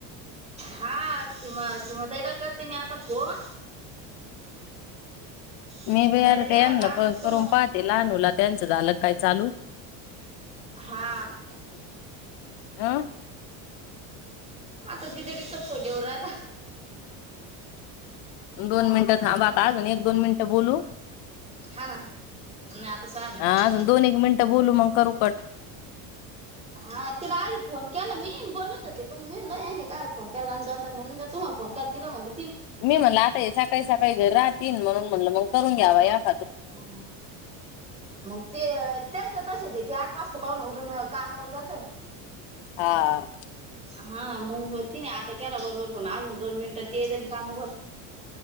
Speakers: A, on the right; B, on the left.
A: हा सीमा सीमा ताई ला करते मी आता फोन सीमाताईला
B: मी बी आता
A: केला
B: यानाला
A: का मग
B: करून
A: तुम
B: पाहते लहानूला त्यांचं झालं काय चालू
A: हा
B: अ
A: आता दिदडी चा फोन येऊ राहिला
B: दोन मिनिटं थांब आजुन एक दोन मिनिटं बोलू
A: हा ना नाही आता सहा मिनिट
B: हा अजून दोन एक मिनटं बोलू मग करू कट.
A: हा तिला आधी फोन केला मी बोलत होते पण मी ल नाही काल फोन केला दोनदा म्हणून मी तुम्हाला फोन केला तिला म्हणत.
B: मी म्हणल आता हे सकाळी सकाळी घरी राहतील म्हणून म्हणलं मग. करून घ्यावा याक.
A: ह मग ते त्याच. तशे च् ये ते आठ वाजता पाहुणा अजून कामावर जात.
B: हा.
A: हा मग ति नाही आता केला बरोबर पण अजून दोन मिनिटां त ये जाईन काम बर.